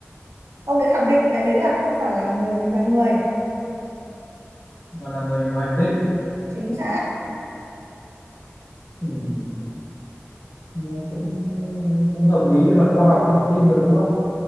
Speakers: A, on the right; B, on the left.
A: ông đấy khẳng định là đấy là không phải là người loài người.
B: mà là người ngoài hành tinh.
A: Chính xác.
B: Ừ. Mà cũng ờ, cũng hợp lý về mặt khoa học thì phải tin rồi đúng không?